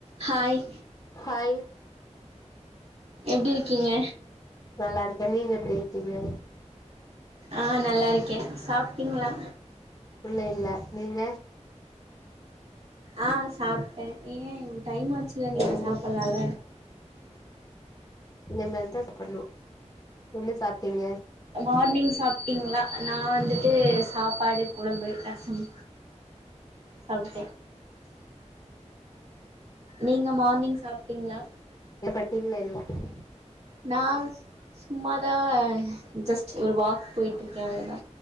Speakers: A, on the right; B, on the left.
A: ஹாய்
B: ஹாய்
A: எப்டி இருக்கீங்க
B: நல்லாருக்கே நீங்க எப்டி இருக்கீங்க
A: ஆ நல்லாருக்க சாப்பிட்டீங்களா
B: இல்லா இல்ல நீங்க
A: ஆ சாப்ட்டே ஏ டைம்‌ ஆச்சுல்ல நீங்க
B: என்ன
A: சாப்பில்லால
B: இன்ன மேல்தா சாப்பிடணு என்ன சாப்ட்டீங்க
A: மார்னிங் சாப்ட்டீங்ளா நா வந்துட்டு சாப்பாடு கொழம்பு ரசம் சாப் நீங்க மார்னிங் சாப்ட்டீங்ளா
B: <unintelligible>
A: நா சும்மாதா ஜஸ்ட் ஒரு வாக் போய்ட்டு இருக்க அவ்ளோதா